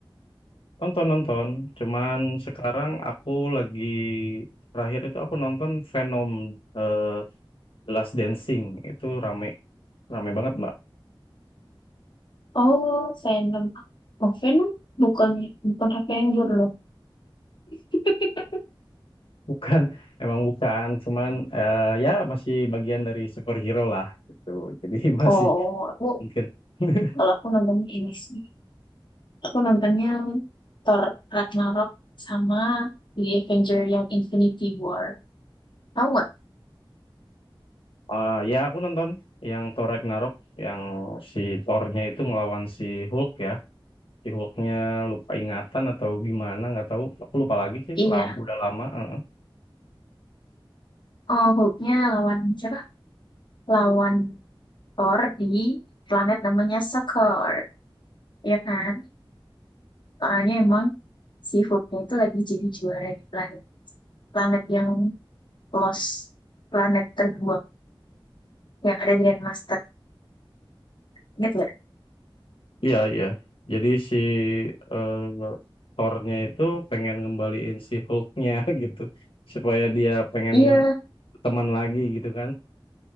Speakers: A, on the left (about 80°); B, on the left (about 60°).
A: nonton-nonton. Cuman sekarang aku lagi terakhir itu aku nonton Venom eh, The Last Dancing. Itu rame, rame banget Mbak.
B: Oh, Venom. Oh, Venom bukan bukan Avenger loh. <laughs>
A: Bukan, <laughs> emang bukan. Cuman eh, ya masih bagian dari superhero lah gitu. Jadi <laughs> masih
B: Oh, aku
A: mungkin. <laughs>
B: kalau aku nonton ini sih. Aku nontonnya Thor Ragnarok sama The Avenger yang Infinity War. Tahu nggak?
A: Ah, ya aku nonton yang Thor Ragnarok yang si Thor-nya itu ngelawan si Hulk ya. Si Hulk-nya lupa ingatan atau gimana nggak tahu. Aku lupa lagi sih.
B: Iya.
A: Lama, udah lama. heeh.
B: Oh, Hulk-nya lawan siapa? Lawan Thor di planet namanya Sakor. Ya kan? Soalnya emang si Hulk-nya itu lagi jadi juara di planet. Planet yang lost. Planet terbuang. Yang ada Grandmaster. Ingat nggak?
A: Iya iya. Jadi si eh, Thor-nya itu pengen ngembaliin si Hulk-nya <laughs> gitu supaya dia pengen
B: Iya,
A: teman lagi gitu kan.